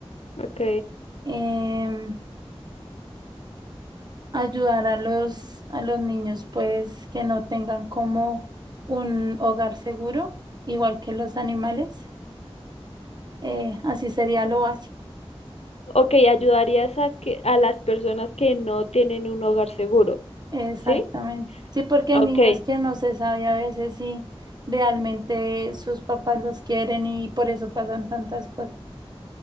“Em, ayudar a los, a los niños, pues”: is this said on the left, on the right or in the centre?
Right